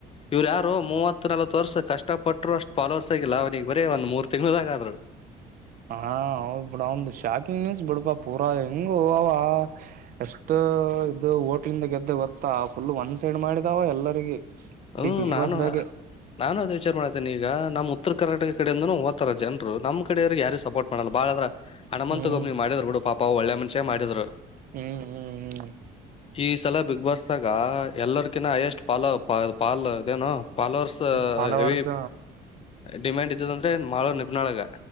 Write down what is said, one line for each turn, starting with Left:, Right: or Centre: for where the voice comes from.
Left: ಇವ್ ಯಾರು ಮೂವತ್ ನಲ್ವತ್ ವರ್ಷ ಕಷ್ಟಪಟ್ಟರು ಅಷ್ಟ್ ಫಾಲ್ಲ್ವಾರ್ಸ್ ಆಗಿಲ್ಲ ಅವನಿಗೆ ಬರೀ ಒಂದ್ ಮೂರ್ ತಿಂಗ್ಳಾಗಾದ್ರರು.
Right: ಹಾ ಹೌದ್ ಬಬಿಡ್ ಅವನ್ದು ಶಾಕಿಂಗ್ ನ್ಯೂಸ್ ಬಿಡ್ಪಾ ಪೂರಾ ಹೆಂಗೂ ಅವ, ಎಷ್ಟ ಇದು ವೋಟಲಿಂದ್ ಗೆದ್ದ ಗೊತ್ತಾ ಫುಲ್ ಒಂದ್ ಸೈಡ್ ಮಾಡಿದಾವ ಎಲ್ಲರಿಗಿ.
Left: ಹ್ಮ್
Right: ಬಿಗ್
Left: ನಾನು
Right: ಬಾಸ್ದ್ಘಾ
Left: ನಾನು ಅದ ವಿಚಾರ ಮಾಡ್ತೇನೀ ಈಗ ನಮ್ ಉತ್ತರ ಕರ್ನಾಟಕ ಕಡೆಯಿಂದೂ ಹೋತಾರ ಜನರು ನಮ್ಮ ಕಡವ್ರರಿಗೆ ಯಾರಿಗೆ ಸಪೋರ್ಟ್ ಮಾಡಲ್. ಬಾಳದ್ರ ಹಣಮಂತ
Right: ಹ್ಮ್
Left: ಒಬ್ಬನಿಗಿ ಮಾಡಿದ್ರ ಬಿಡು ಪಾಪಾ ಒಳ್ಳೆ ಮನುಷ್ಯೇ ಮಾಡಿದ್ರು,
Right: ಹ್ಮ್, ಹ್ಮ್
Left: ಈ ಸಲ ಬಿಗ್ ಬಾಸ್ದಗ ಎಲ್ಲರ್ಕಿನ ಎಷ್ಟ್ ಪಾಲು ಪ ಪಾಲು ಅದೇನು. ಫಾಲೋವರ್ಸ್
Right: ಫಾಲೋವರ್ಸ್
Left: ಹೆವಿ ಡಿಮ್ಯಾಂಡ್ ಇದ್ದದ ಅಂದ್ರ ಮಾಳು ನಿಬ್ನಳಗ